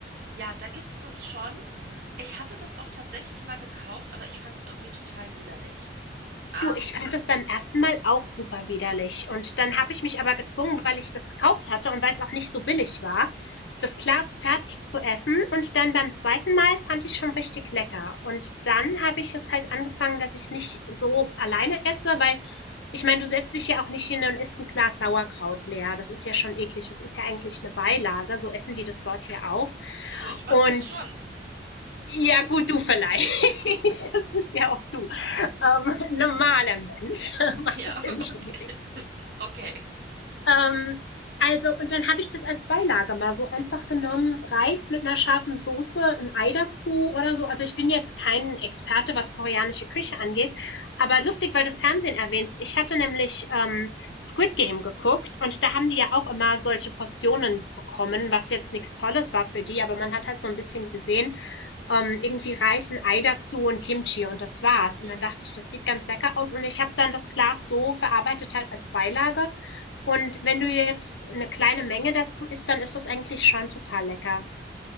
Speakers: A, on the right (about 50°); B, on the left (about 80°).
A: Ja, da gibt's das schon. Ich hatte das auch tatsächlich mal gekauft, aber ich fand es irgendwie total widerlich. Ähm,
B: Du, ich fand das beim ersten Mal auch super widerlich. Und dann habe ich mich aber gezwungen, weil ich das gekauft hatte und weil es auch nicht so billig war, das Glas fertig zu essen. Und dann beim zweiten Mal fand ich schon richtig lecker. Und dann habe ich es halt angefangen, dass ich es nicht so alleine esse, weil ich meine, du setzt dich ja auch nicht hin und isst ein Glas Sauerkraut leer. Das ist ja schon eklig. Das ist ja eigentlich eine Beilage. So essen die das dort ja auch.
A: also ich mache
B: Und
A: das schon.
B: ja, gut, du vielleicht. <laughs>
A: <laughs>
B: Das bist ja auch du. Ähm, normaler Mensch <laughs> macht
A: Ja,
B: das
A: okay.
B: ja nicht unbedingt.
A: Okay.
B: Ähm, also, und dann habe ich das als Beilage mal so einfach genommen. Reis mit einer scharfen Soße, ein Ei dazu oder so. Also, ich bin jetzt kein Experte, was koreanische Küche angeht. Aber lustig, weil du Fernsehen erwähnst. Ich hatte nämlich ähm, Squid Game geguckt und da haben die ja auch immer solche Portionen bekommen, was jetzt nichts Tolles war für die. Aber man hat halt so ein bisschen gesehen, ähm, irgendwie Reis, ein Ei dazu und Kimchi und das war's. Und
A: Mhm.
B: dann dachte ich, das sieht ganz lecker aus. Und ich habe dann das Glas so verarbeitet halt als Beilage. Und wenn du jetzt eine kleine Menge dazu isst, dann ist das eigentlich schon total lecker.